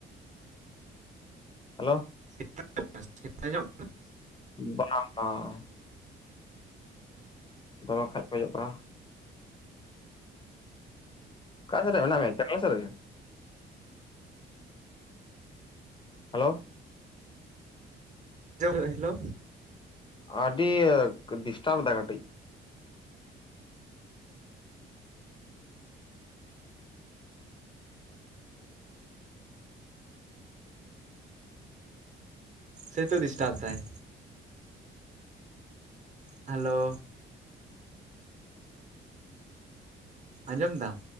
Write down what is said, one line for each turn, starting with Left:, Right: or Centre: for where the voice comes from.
Left: ᱦᱮᱞᱳ
Right: <inaudible> ᱟᱸᱡᱚᱢᱚᱜ ᱠᱟᱱᱟ <unintelligible>
Left: ᱵᱟᱝ ᱵᱟᱝ ᱫᱚᱢᱮ ᱠᱷᱟᱡ ᱠᱷᱚᱡᱚᱜ ᱠᱟᱱᱟ ᱾ ᱚᱠᱟ ᱥᱮ ᱨᱮ ᱢᱮᱱᱟᱜ ᱢᱮᱭᱟ? ᱠᱟᱢᱤ ᱥᱮᱫ ᱨᱮᱜᱮ ᱦᱮᱞᱳ
Right: ᱪᱮ ᱚᱝᱜᱮ ᱦᱤᱞᱳ
Left: ᱟᱹᱰᱤᱭᱮᱠ ᱰᱤᱥᱴᱟᱵᱽ ᱮᱫᱟᱭ ᱠᱟᱹᱴᱤᱡ
Right: ᱥᱮᱛᱚ ᱰᱤᱥᱴᱟᱵ ᱫᱟᱭ ᱦᱮᱞᱳ ᱟᱸᱡᱚᱢ ᱫᱟᱢ